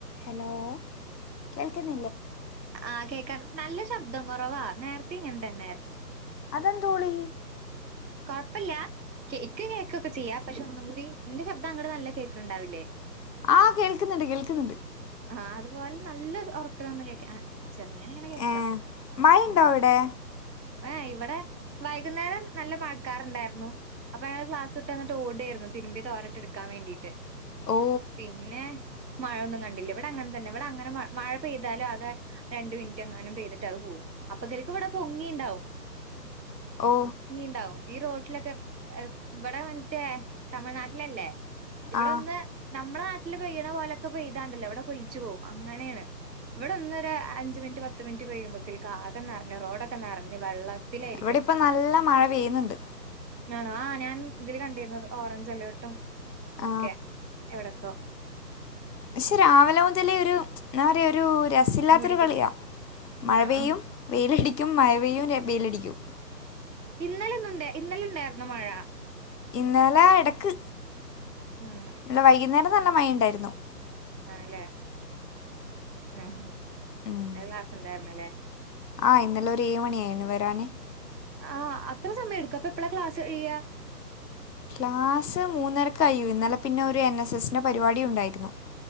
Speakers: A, on the left (about 75°); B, on the right (about 85°).
A: Hello കേൾക്കണി
B: ആ കേക്കാൻ നല്ല ശബ്ദം കൊ റവാ നേരത്തേം ഇങ്ങനെ തന്നെയായ്ര്ന്നു
A: അതെന്തോളി
B: കൊഴപ്പില്ല ശരിക്ക് കേക്ക ക്കൊക്കെ ചെയ്യാ പക്ഷെ ഒന്നും കൂടി ഇന്റെ ശബ്ദം അങ്ങട് നല്ല കേൾക്ക്ണ് ണ്ടാവില്ലേ
A: ആഹകേൾക്കുന്ന്ണ്ട് കേൾക്കുന്ന്ണ്ട്
B: ആ അതുപോലെ നല്ല ഉറക്കെനെന്ന് കേക്ക ആ ചെറ്ങ്ങനെങ്ങനെ കേക്കാം
A: ഏ മഴ ഉണ്ടോ
B: ഉം
A: അവിടെ
B: വേ ഇവിടെ വൈകുന്നേരം നല്ല മഴക്കാറുണ്ടായ്ര്ന്നു അപ്പ ഞാൻ ക്ലാസ് വിട്ടെന്ന്ട്ട് ഓടായിര്ന്നു തിരുമ്പി തോരട്ടെടുക്കാൻ വേണ്ടീട്ട്
A: ഓ
B: പിന്നെ മഴൊന്നും കണ്ടില്ല ഇവിടെ അങ്ങനെ തന്നെ ഇവിടെ അങ്ങനെ മ മഴ പെയ്താലും അത് രണ്ട് മിനിറ്റെങ്ങാനും പെയ്തിട്ട് അത് പോകും അപ്പകൽക്ക് ഇവിടെ പൊങ്ങീണ്ടാവും
A: ഓ
B: ഉണ്ടാവും ഈ റോഡിലൊക്കെ ഇവിടെ മറ്റേ തമിഴ്നാട്ടിലല്ലേ ഇവിടൊന്ന്
A: ആ
B: നമ്മുടെ നാട്ടില് പെയ്യണ പോലൊക്കെ പെയ്താണ്ടല്ലോ ഇവിടൊക്കൊലിച്ചു പോകും അങ്ങനേണ് ഇവിടൊന്നൊര് അഞ്ചു മിനിറ്റ് പത്ത് മിനിറ്റ് പെയ്യുമ്പോത്തേക്ക് ആകെ നെറ്ഞ്ഞ് റോഡൊക്കെ നെറ്ഞ്ഞ് വെള്ളം ത്തിലായിരിക്കും
A: ഇവിടെ ഇപ്പം നല്ല മഴ പെയ്യുന്നുണ്ട്
B: ആണോ ആ ഞാൻ ഇതില് കണ്ടിരുന്നത് ഓറഞ്ച് അലേർട്ടും
A: ആ
B: ഒക്കെ എവിടൊക്കോ
A: പക്ഷെ രാവിലെ മുതലേ ഒരു എന്താ പറയാ ഒരു രസമില്ലാത്തൊരു
B: മൂടിക്കെട്ടി
A: കളിയാ മഴ
B: ആണോ
A: പെയ്യും വെയിലടിക്കും മഴ പെയ്യും വെയിലടിക്കും
B: ഇന്നല ഇന്നുണ്ട് ഇന്നലണ്ടായിരുന്നു മഴ
A: ഇന്നലെ ഇടക്ക്
B: ഉം
A: ഇന്നലെ വൈകുന്നേരം നല്ല മഴണ്ടായിരുന്നു
B: ആണല്ലേ ഉംഹ്
A: ഉം
B: അ ക്ലാസ്ണ്ടായിര്ന്നല്ലേ
A: ആ ഇന്നലെ ഒരു ഏയുമണി ആയിരുന്നു വരാന്
B: ആ അത്ര സമയം എടുക്കൊ അപ്പൊ എപ്പളാ ക്ലാസ്സു കഴ്യാ
A: ക്ലാസ്സ് മൂന്നരക്ക് അയ്യോ ഇന്നലെ പിന്നെ ഒരു എൻ എസ് എസിന്റെ പരിപാടി ഉണ്ടായിരുന്നു